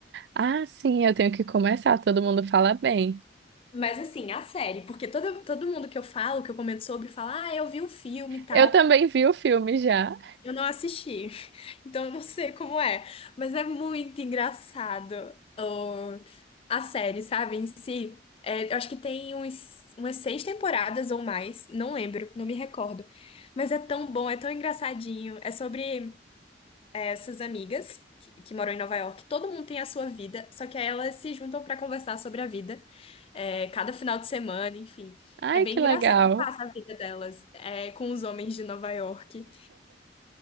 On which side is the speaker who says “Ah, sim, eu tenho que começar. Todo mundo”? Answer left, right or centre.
Right